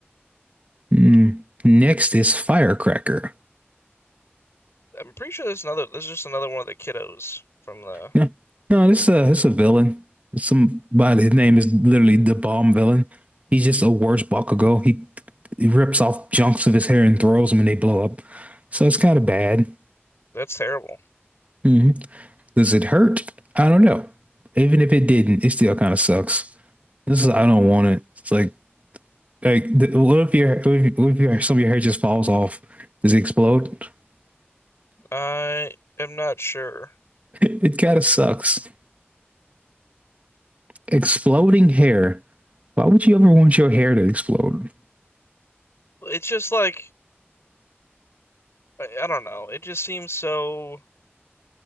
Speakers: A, on the right; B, on the left.
A: Mm. next is Firecracker.
B: I'm pretty sure there's another there's just another one of the kiddos from the
A: No, no, this is a this is a villain. somebody. His name is literally the bomb villain. He's just a worse Bakugo. He he rips off chunks of his hair and throws them, and they blow up. So it's kind of bad.
B: that's terrible.
A: Mm-hmm. Does it hurt? I don't know. Even if it didn't, it still kind of sucks. This is I don't want it. It's like Like, th- what if your what if, what if your, some of your hair just falls off? Does it explode? <laughs>
B: I am not sure.
A: It kind of sucks. Exploding hair. Why would you ever want your hair to explode?
B: It's just like I, I don't know. It just seems so